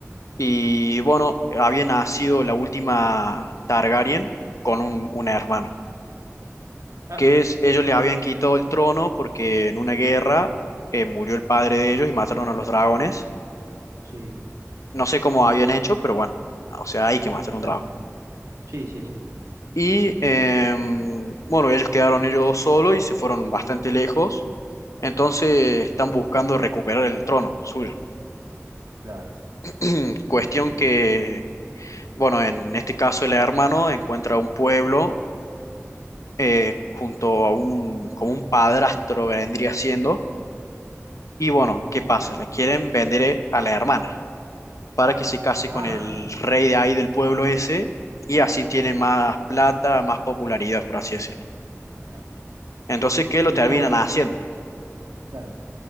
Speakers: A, on the left; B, on the right.
A: Y bueno, había nacido la última Targaryen con un un hermano.
B: Ah,
A: que es- ellos le habían quitado el trono porque en una guerra eh, murió el padre de ellos y mataron a los dragones.
B: sí,
A: No sé cómo habían hecho, pero bueno, o sea, hay que matar
B: mm,
A: un
B: claro.
A: dragón.
B: Sí, sí, sí,
A: Y em, bueno, ellos quedaron ellos solos y se fueron bastante lejos. Entonces están buscando recuperar el trono suyo.
B: claro.
A: <clears throat> Cuestión
B: El,
A: que,
B: el-
A: bueno, en este caso el hermano encuentra un pueblo eh, junto a un, como un padrastro vendría siendo Y
B: sí.
A: bueno, ¿qué pasa? La quieren vender eh, a la hermana para que se case
B: Ajá,
A: con el rey de ahí del pueblo ese y así tienen más plata, más popularidad, por así decirlo.
B: claro.
A: Entonces, ¿qué
B: Sí,
A: lo terminan
B: todo,
A: haciendo?
B: claro.